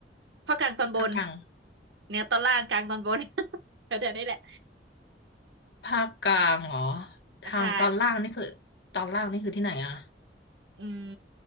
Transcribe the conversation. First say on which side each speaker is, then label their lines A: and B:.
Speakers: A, on the right; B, on the left.
A: ภาคกลางตอนบน
B: ภาคกลาง
A: เหนือตอนล่างกลางตอนบน <laughs> แถวๆนี้แหละ
B: ภาคกลางเหรอ
A: ใช่
B: ทางตอนล่างนี่คือตอนล่างนี่คือที่ไหนอะ
A: อืม